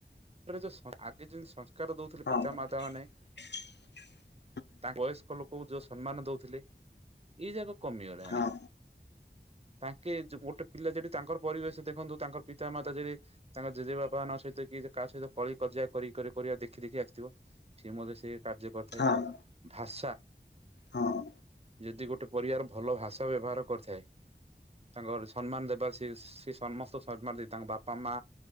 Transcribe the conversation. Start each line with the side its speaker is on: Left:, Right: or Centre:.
Right: <inaudible> ଆଗେ ଯେମିତି ସଂସ୍କାର ଦଉଥିଲେ
Left: ହଁ
Right: ପିତା ମାତା ମାନେ,
Left: <unintelligible>
Right: ତାଙ୍କ ବୟସ୍କ ଲୋକଙ୍କୁ ଯୋଉ ସମ୍ମାନ ଦଉଥିଲେ ଏଇ ଯାକ କମିଗଲାଣି।
Left: ହଁ
Right: ତାଙ୍କେ ଗୋଟେ ପିଲା ଯଦି ତାଙ୍କର ପରିବେଶ ଦେଖନ୍ତୁ ତାଙ୍କର ପିତା ମାତା ଯଦି ତାଙ୍କ ଜେଜେ ବାପାଙ୍କ ସହିତ କି କାହା ସହିତ କଳି କଜିଆ କରି କରି କରିବା ଦେଖି ଦେଖି ଆସିଥିବ, ସିଏ ମଧ୍ୟ ସେ କାର୍ଯ୍ୟ କରିଥାଏ।
Left: ହଁ ହଁ
Right: ଭାଷା।
Left: ହଁ।
Right: ଯଦି ଗୋଟେ ପରିବାର ଭଲ ଭାଷା ବ୍ୟବହାର କରିଥାଏ ତାଙ୍କ ସମ୍ମାନ ଦେବାରେ ସ ସେ ସମସ୍ତ ସମ୍ମାନ ଦେଇ ତାଙ୍କ ବାପା ମା